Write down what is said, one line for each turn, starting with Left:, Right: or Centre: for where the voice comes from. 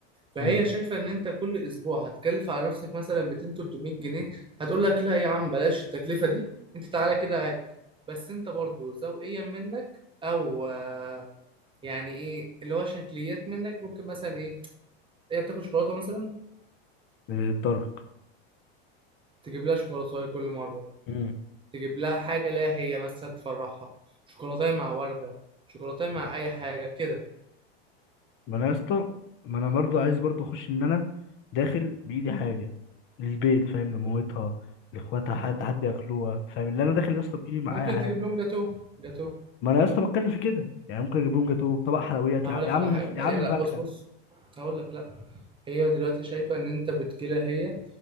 Right: فهي
Left: امم
Right: شايفه ان انت كل اسبوع هتكلف على نفسك مثلا 200 300 جنيه هتقول لك لا يا عم بلاش التكلفه دي انت تعالى كده عادي بس انت برضو ذوقيا منك او آه، يعني ايه اللي هو شكليات منك ممكن مثلا ايه هي بتاكل شوكولاته مثلا
Left: الضرب
Right: تجيب لها شوكولاته كل مره
Left: امم
Right: تجيب لها حاجه ليها هي مثلا تفرحها شوكولاته مع ورده شوكولاته مع اي حاجه كده
Left: ما انا يا اسطى ما انا برضو عايز برضو اخش ان انا داخل بايدي حاجه للبيت فاهم لمامتها لاخواتها حد حد ياكلوها فاهم اللي انا داخل يا اسطى بايدي معايا
Right: ممكن
Left: حاجه
Right: تجيب لهم جاتو جاتو
Left: ما انا لسه بتكلم في كده يعني ممكن اجيب لهم جاتوه طبق حلويات
Right: هقول
Left: يا
Right: لك
Left: يا عم
Right: على حاجه
Left: يا
Right: هي
Left: عم
Right: لا
Left: فاكهه
Right: بص بص هقول لك لا هي دلوقتي شايفه ان انت بتجيلها هي